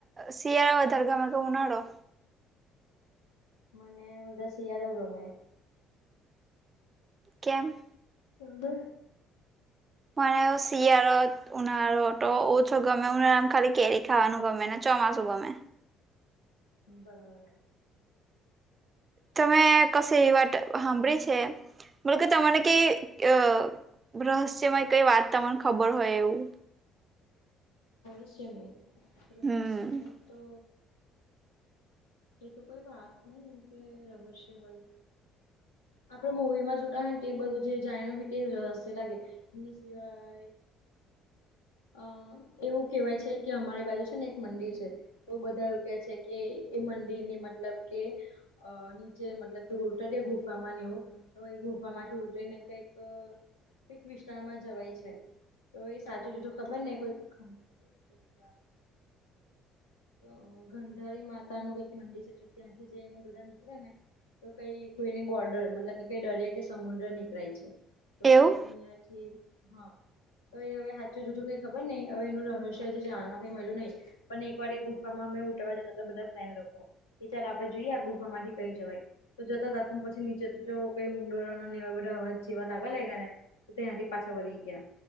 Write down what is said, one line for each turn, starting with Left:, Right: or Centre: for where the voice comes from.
Right: શિયાળો વધારે ગમે કે ઉનાળો?
Left: મને વધારે શિયાળો ગમે.
Right: કેમ?
Left: સૌને
Right: મને શિયાળો ઉનાળો તો ઓછો ગમે ઉનાળામાં ખાલી કેરી ખાવાનું ગમે ને ચોમાસું ગમે
Left: બરાબર.
Right: તમે કશે એવી વાત સાંભળી છે મતલબ કે તમને કે અ રહસ્યમાંય કઈ વાત તમને ખબર હોય એવું.
Left: રહસ્યમય
Right: હમ
Left: રહસ્યમય તો એ તો કોઈ વાત નહીં એમ કે રહસ્ય હોય. આપડે મુવીમાં જોતા હોય ને તે બધું જે જાણ્યું હોય તે રહસ્ય લાગે એની સિવા અ એવું કેવાય છે કે અમારી બાજુ છે ને એક મંદિર છે તો બધા એવું કે છે કે એ મંદિરની મતલબ કે અ નીચે મતલબ તો ઉલ્ટ ગુફામાં નેવું તો એ ગુફા માંથી ઉજરી ને કઈક કઈક વિસ્તારમાં જવાય છે તો એ સાજું બીજું ખબર ને કોઈ <unintelligible> તો ગંઢારી માતા નું ક મંદિર છે ત્યાંથી જઈને બધા નીકળે ને તો કઈ કોઈની બોર્ડર મતલબ કે કઈ દરિયા કે સમુદ્ર નીકળાય છે. તો
Right: એવું
Left: કે અહીયા થી. હા તો એ હવે હાચુ જુઠું કઈ ખબર નઈ હવે એનું રહસ્ય જે જાણવા કઈ મળલ્યું નહી પણ એક પણ એ ગુફામાં અમે ઉઠાવા જતા બધા ફ્રેન લોકો કે ચાલ આપણે જોઈએ આ ગુફામાંથી કઈ જવાય તો જતા આપને પછી નીચેથી તો કઈ ઊંડરો ના લેવા બધા અવાજ જેવા લાગવા લાગયા ને. તો ત્યારે પાછા વળી ગયા.